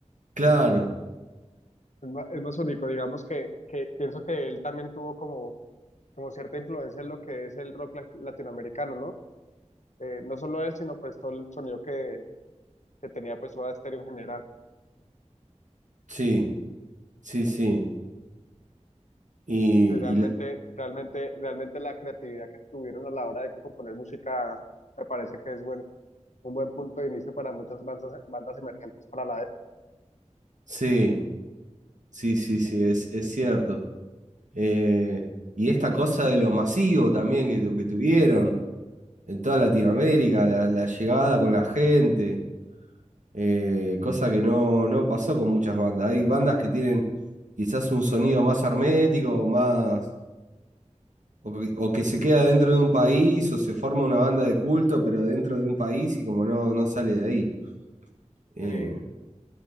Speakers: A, on the right; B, on the left.
A: claro,
B: Es más, es más único, digamos que, que pienso que él también tuvo como, como cierta influencia en lo que es el rock la- latinoamericano, ¿no? Eh, no solo él, sino pues todo el sonido que, que tenía pues Soda Stereo en general.
A: sí, sí, sí. Y,
B: Que Realmente,
A: y la-
B: realmente, realmente la creatividad que tuvieron a la hora de componer música me parece que es bueno, un buen punto de inicio para muchas bandas, bandas emergentes para la época.
A: sí. Sí, sí, sí, es, es cierto. Eh, y esta cosa de lo masivo también que, tu- que tuvieron en toda Latinoamérica, la, la llegada con la gente, eh, cosa que no, no pasó con muchas bandas. Hay bandas que tienen quizás un sonido más hermético, más, o que, o que se queda dentro de un país, o se forma una banda de culto, pero dentro de un país y como no, no sale de ahí. Eh,
B: Eh,